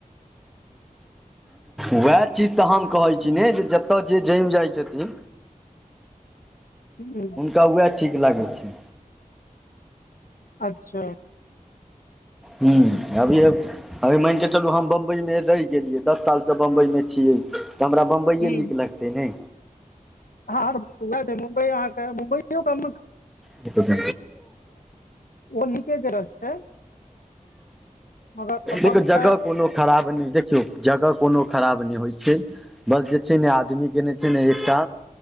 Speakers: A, on the left (about 85°); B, in the centre.
A: <inaudible>
B: उएह चीज तऽ हम कहै छी ने जे जतय जे जमि जाइ छथिन
A: हूँ
B: सब वएह ठीक लागै छै
A: अच्छा
B: हू अभीये - अभी मानि केऽ चलू हम बम्बइमे रहि गेलियै दस सालसँ बम्बइमे छियै तऽ हमरा बम्बइे
A: हूँ
B: नीक लगतै नै
A: हँ त वएह मुंबइ आहाँ के मुंबइयो कामक
B: देख <unintelligible>
A: ओहो नीके जगह छै मगर अपन
B: एक जगह
A: त
B: कोनो खराब नै देखियौ जगह कोनो खराब नै होइ छै बस जे छै ने आदमी केने छै ने एकटा